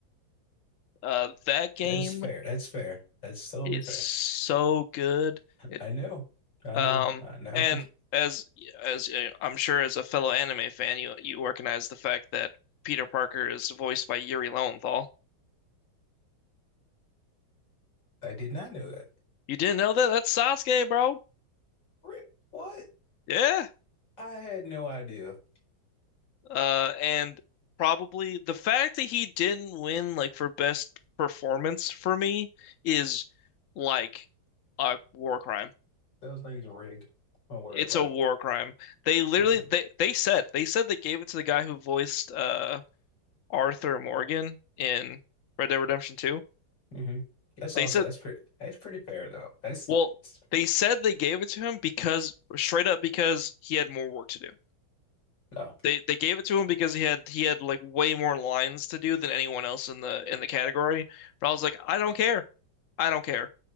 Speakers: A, on the left; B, on the left.
A: Uh, that game
B: that is fair. That's fair. That's totally
A: is
B: fair.
A: so good. It
B: I know. I
A: um
B: know. I know.
A: and as as uh, I'm sure as a fellow anime fan, you you recognize the fact that Peter Parker is voiced by Yuri Lowenthal.
B: <laughs> I did not know that.
A: You didn't know that? That's Sasuke, bro.
B: Ri- What?
A: Yeah.
B: I had no idea.
A: Uh, and probably the fact that he didn't win like for best performance for me is like a war crime.
B: Those things are rigged. Don't worry
A: It's
B: about
A: a
B: it.
A: war crime. They literally
B: It's r-
A: they they said they said they gave it to the guy who voiced uh Arthur Morgan in Red Dead Redemption 2.
B: hmm That's also
A: They said
B: that's pretty that's pretty fair though. That's, <laughs> that's
A: well they said they gave it to him because straight up because he had more work to do.
B: no.
A: They they gave it to him because he had he had like way more lines to do than anyone else in the in the category. But I was like, I don't care. I don't care.